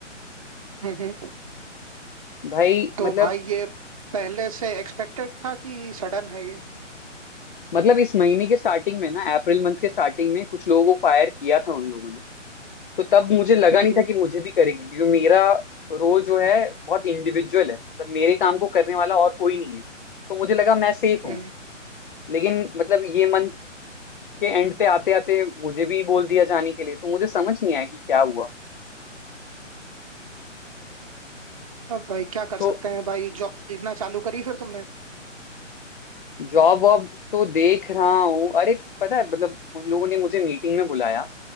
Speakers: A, on the right; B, on the left.
A: हम्म हम्म।
B: भाई
A: तो
B: मतलब
A: भाई ये पहले से एक्सपेक्टेड था कि सडन है ये
B: मतलब इस महीने के स्टार्टिंग में ना अप्रैल मंथ के स्टार्टिंग में कुछ लोगों को फायर किया था उन लोगों ने तो तब मुझे लगा
A: हम्म
B: नहीं
A: हम्म
B: था कि मुझे भी करेंगे क्योंकि मेरा रोल जो है बहुत इंडिविजुअल है मतलब मेरे काम को करने वाला और कोई नहीं है तो मुझे लगा मैं सेफ हूँ
A: हम्म।
B: लेकिन मतलब ये मंथ के एंड पे आते आते मुझे भी बोल दिया जाने के लिए तो मुझे समझ नहीं आया कि क्या हुआ
A: अब भाई क्या कर
B: तो
A: सकते हैं भाई जॉब देखना चालू करी फिर तुमने
B: जॉब वॉब तो देख रहा हूँ अरे पता है मतलब उन लोगों ने मुझे मीटिंग में बुलाया